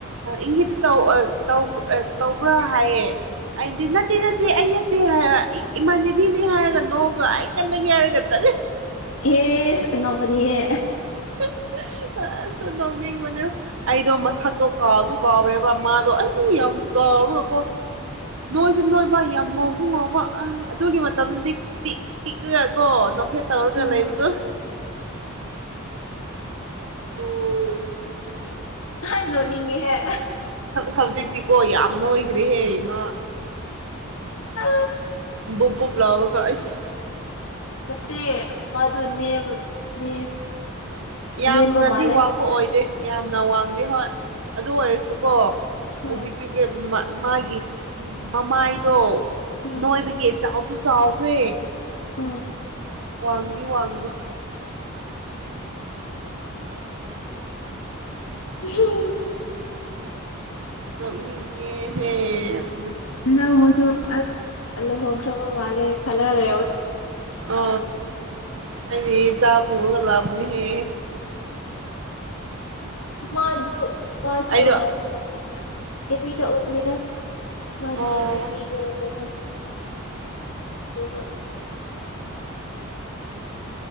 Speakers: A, on the right; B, on the left.
A: ꯏꯪꯒꯤꯠꯇ ꯇꯧ ꯑꯦ ꯇꯧ ꯑꯦ ꯇꯧꯕ꯭ꯔꯥ ꯍꯥꯏꯌꯦ ꯑꯩꯗꯤ ꯅꯠꯇꯦ ꯅꯠꯇꯦ ꯑꯩ ꯅꯠꯇꯦ ꯍꯥꯏ ꯏꯃꯥꯟꯅꯕꯤꯅꯦ ꯍꯥꯏꯔꯒ ꯅꯣꯛꯑꯒ ꯑꯩ ꯆꯠꯂꯒꯦ ꯍꯥꯏꯔꯒ ꯆꯠꯂꯦ
B: ꯑꯦꯁ ꯑꯉꯥꯎꯕꯅꯤꯍꯦ
A: ꯍꯦꯛꯇ ꯅꯣꯛꯅꯤꯡꯕꯅꯦ ꯑꯩꯗꯣ ꯃꯁꯥꯛꯗꯣ ꯀꯥꯎ ꯀꯥꯎꯔꯦꯕ ꯃꯥꯗꯣ ꯑꯩ ꯌꯥꯝ ꯀꯥꯎꯔꯀꯣ ꯅꯣꯏꯁꯨ ꯅꯣꯏꯕ ꯌꯥꯝ ꯉꯧꯁꯨ ꯉꯕ ꯑꯩ ꯑꯗꯨꯒꯤ ꯃꯇꯝꯗꯨꯗꯤ ꯄꯤꯛ ꯄꯤꯛꯈ꯭ꯔꯦꯀꯣ ꯅꯣꯐꯦꯠ ꯇꯧꯔꯒ
B: ꯑꯥ
A: ꯂꯩꯕꯗꯣ ꯑꯣ
B: ꯍ ꯅꯣꯅꯤꯡꯉꯦꯍꯦ
A: ꯍꯧꯖꯤꯛꯇꯤꯀꯣ ꯌꯥꯝ ꯅꯣꯏꯈ꯭ꯔꯦꯍꯦ ꯏꯃ
B: ꯑ
A: ꯕꯨꯕꯨꯕꯨꯕ꯭ꯂꯥꯎꯒ ꯑꯁ
B: ꯅꯠꯇꯦ ꯃꯗꯨ ꯅꯦꯝ ꯅꯦꯝ
A: ꯌꯥꯝꯅꯗꯤ
B: ꯅꯦꯝꯕ ꯃꯥꯜꯂꯦ
A: ꯋꯥꯡꯕ ꯑꯣꯏꯗꯦ ꯌꯥꯝꯅ ꯋꯥꯡꯗꯦ ꯍꯣꯏ ꯑꯗꯨ ꯑꯣꯏꯔꯁꯨꯀꯣ
B: ꯑꯥ
A: ꯍꯧꯖꯤꯛꯇꯤꯒꯤ ꯃꯥꯒꯤ ꯃꯃꯥꯏꯗꯣ
B: ꯎꯝ
A: ꯅꯣꯏꯕꯒꯤ ꯆꯥꯎꯕ ꯨ ꯆꯥꯎꯎꯋꯦ
B: ꯑꯣ
A: ꯋꯥꯒꯕꯤ ꯋꯥꯒꯂꯤ
B: ꯍꯝ
A: ꯂ ꯍꯦ
B: ꯅꯪꯁꯨ ꯑꯁꯂꯣ ꯍ ꯈꯈ꯭ꯔꯕ ꯃꯥꯂꯦ ꯈꯂ ꯍꯂ
A: ꯑ ꯍꯥꯏ ꯆ ꯀꯜꯒ ꯂꯕꯅꯤ
B: ꯃꯥꯗꯨ ꯃꯥꯁꯨ
A: ꯑꯩꯗꯣ
B: ꯀꯩꯅꯣ ꯑꯦ ꯄꯤ ꯇ ꯑꯣꯕꯅꯤꯗ ꯃꯥꯒꯤ
A: ꯑꯣ
B: ꯅꯨꯄꯤꯒ ꯀꯩꯅꯣ ꯑꯣ